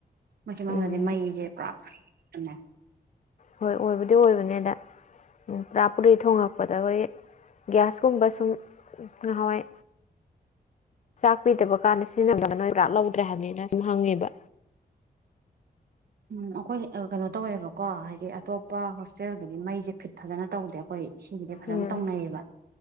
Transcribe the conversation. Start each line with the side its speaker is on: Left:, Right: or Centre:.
Right: ꯃꯁꯤ ꯃꯅꯨꯡꯗꯗꯤ
Left: ꯎꯝ
Right: ꯃꯩꯁꯦ ꯄꯨꯔꯥꯃꯦ
Left: ꯍꯣꯏ ꯑꯣꯏꯕꯨꯗꯤ ꯑꯣꯏꯕꯅꯦꯗ ꯎꯝ ꯄꯨꯔꯥ ꯄꯨꯔꯤ ꯊꯣꯉꯛꯄꯗ ꯍꯣꯏ ꯒ꯭ꯌꯥꯁꯀꯨꯝꯕ ꯁꯨꯝ ꯅꯍꯥꯟꯋꯥꯏ ꯆꯥꯛꯄꯤꯗꯕ ꯀꯥꯟꯗ ꯁꯤꯖꯤꯟꯅꯕꯗ ꯅꯣꯏ ꯄꯨꯔꯥ ꯂꯧꯗ꯭ꯔꯦ ꯍꯥꯏꯕꯅꯤꯅ ꯁꯝ ꯍꯪꯉꯦꯕ
Right: ꯎꯝ ꯑꯩꯈꯣꯏ ꯀꯩꯅꯣ ꯇꯧꯋꯦꯕꯀꯣ ꯍꯥꯏꯗꯤ ꯑꯇꯣꯞꯄ ꯍꯣꯁꯇꯦꯜꯒꯤꯗꯤ ꯃꯩꯁꯦ ꯐꯤꯠ ꯐꯖꯅ ꯇꯧꯗꯦ ꯑꯩꯈꯣꯏ ꯁꯤꯒꯤꯗꯤ ꯐꯖꯅ
Left: ꯎꯝ
Right: ꯇꯧꯅꯩꯌꯦꯕ